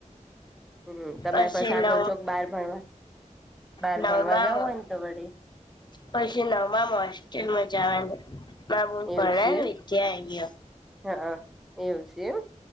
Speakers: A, in the centre; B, on the left.
A: હમ તમે
B: પછી
A: પાસ
B: નવ
A: આગળ ચોક બહાર ભણવા બાર
B: નવમામાં
A: ભણવા જાવું હોય, ને તો વડે
B: પછી નમામ હોસ્ટેલમાં જવાની
A: એવું છે એમ
B: <unintelligible>
A: હા એવું છે એમ